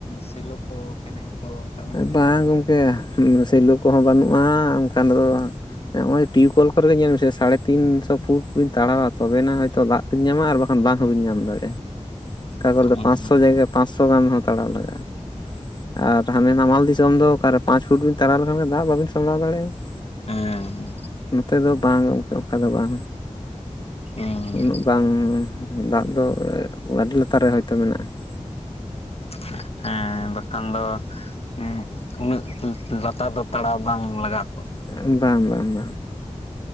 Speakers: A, on the left; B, on the left.
A: ᱥᱤᱞᱚ ᱠᱚ ᱠᱮᱱᱮᱞ ᱠᱚ ᱚᱱᱠᱟ
B: ᱵᱟᱝ ᱜᱚᱢᱠᱮ, ᱥᱮᱞᱚ ᱠᱚᱦᱚᱸ ᱵᱟᱹᱱᱩᱜᱼᱟ, ᱚᱱᱠᱟᱱ ᱫᱚ ᱵᱟᱝ ᱮᱸᱜᱻᱮ ᱱᱚᱜ ᱚᱭ, ᱴᱤᱭᱩᱵᱮᱞ ᱠᱚᱨᱮ ᱜᱮ, ᱧᱮᱞ ᱢᱮᱥᱮ, ᱥᱟᱲᱮ ᱛᱤᱱᱥᱚ ᱯᱷᱩᱴ ᱵᱤᱱ ᱛᱟᱲᱟᱣᱟ, ᱛᱚᱵᱮ ᱮᱱᱟ, ᱦᱚᱭᱛᱳ ᱫᱟᱜ ᱵᱮᱱ ᱧᱟᱢᱟ, ᱟᱨ ᱵᱟᱠᱷᱟᱱ ᱵᱟᱝ ᱦᱚᱸ, ᱵᱮᱱ ᱧᱟᱢ ᱫᱟᱲᱮᱭᱟᱜᱼᱟ ᱾ ᱚᱠᱟ
A: ᱢᱮᱱᱟᱜᱼᱟ?
B: ᱜᱚᱨᱮ ᱫᱚ, ᱯᱟᱸᱪ ᱥᱚ ᱡᱟᱭᱜᱟ ᱯᱟᱸᱪ ᱥᱚ ᱜᱟᱱ ᱦᱚᱸ, ᱛᱟᱲᱟᱣ ᱞᱟᱜᱟᱜᱼᱟ ᱾ ᱟᱨ ᱦᱟᱱᱮ ᱱᱟᱢᱟᱞ ᱫᱤᱥᱚᱢ ᱫᱚ ᱚᱠᱟᱨᱮ, ᱯᱟᱸᱪᱚ ᱯᱷᱩᱴ ᱵᱤᱱ ᱛᱟᱨᱟᱣ ᱞᱮᱠᱷᱟᱱ, ᱫᱟᱜ ᱵᱟᱵᱤᱱ ᱥᱟᱢᱲᱟᱣ ᱫᱟᱲᱮᱭᱟᱜᱼᱟ ᱾
A: ᱦᱮᱸᱻ ᱦᱮᱸ ᱾
B: ᱱᱚᱛᱮ ᱫᱚ ᱵᱟᱝ, ᱚᱱᱠᱟ ᱫᱚ ᱵᱟᱝ,
A: ᱦᱮᱸ
B: ᱩᱱᱟᱹᱜ ᱵᱟᱝ, ᱫᱟᱜ ᱫᱚ ᱚᱼ ᱟᱹᱰᱤ ᱞᱟᱛᱟᱨ ᱨᱮ, ᱦᱚᱭᱛᱳ ᱢᱮᱱᱟᱜᱼᱟ ᱾
A: <unintelligible> ᱦᱮᱸᱻᱵᱟᱠᱷᱟᱱ ᱫᱚ? ᱦᱩᱸ, ᱩᱱᱟᱹᱜ ᱩ ᱞᱟᱛᱟᱨ ᱫᱚ, ᱛᱟᱲᱟᱣ ᱵᱟᱝ ᱞᱟᱜᱟᱣ ᱠᱚᱜᱼᱟ ᱾
B: ᱵᱟᱝ, ᱵᱟᱝ ᱵᱟᱝ ᱾